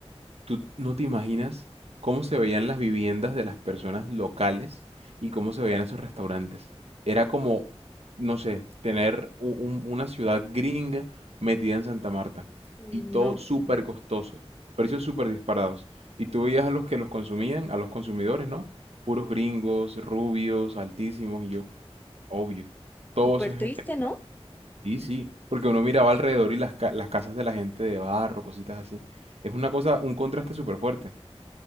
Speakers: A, on the right; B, on the left.
A: Tú no te imaginas cómo se veían las viviendas de las personas locales y cómo se veían esos restaurantes. Era como, no sé, tener u- un- una ciudad gringa metida en Santa Marta.
B: Uy,
A: Y
B: no.
A: todo súper costoso, precios súper disparados. Y tú veías a los que los consumían, a los consumidores, ¿no? Puros gringos,
B: Sí.
A: rubios, altísimos, y yo, obvio. Todo
B: Súper
A: eso es
B: triste,
A: gente.
B: ¿no?
A: Sí, sí. Porque uno miraba alrededor y las, ca- las casas de la gente de barro, cositas así. Es una cosa, un contraste súper fuerte.